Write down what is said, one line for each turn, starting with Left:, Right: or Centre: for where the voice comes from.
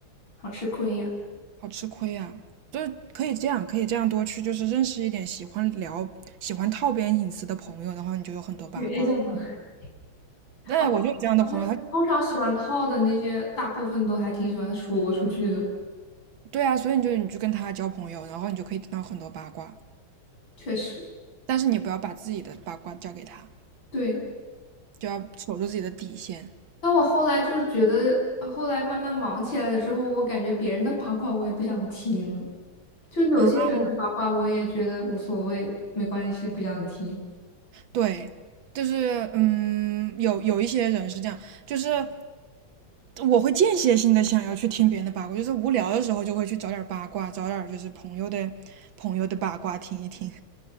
Left: 好吃亏呀。
Right: 好吃亏啊！就是可以这样，可以这样多去，就是认识一点喜欢聊、喜欢套别人隐私的朋友，然后你就有很多八卦。
Left: 学一下嘛。<laughs>
Right: 对，
Left: 哦
Right: 我就有这样的朋友，
Left: 哦，对，
Right: 他
Left: 通常喜欢套的那些，大部分都还挺喜欢说出去的，
Right: 对啊，所以你就你就跟他交朋友，然后你就可以听到很多八卦，
Left: 确实。
Right: 但是你不要把自己的八卦交给他，
Left: 对，
Right: 就要守住自己的底线
Left: 那我后来就是觉得，呃后来慢慢忙起来了之后，我感觉别人的八卦我也不想听了，就有些人的八卦我也觉得无所谓，
Right: 啊。
Left: 没关系，不想听。
Right: 对，就是嗯，有有一些人是这样，就是我会间歇性的想要去听别人的八卦，就是无聊的时候就会去找点儿八卦，找点儿就是朋友的朋友的八卦听一听。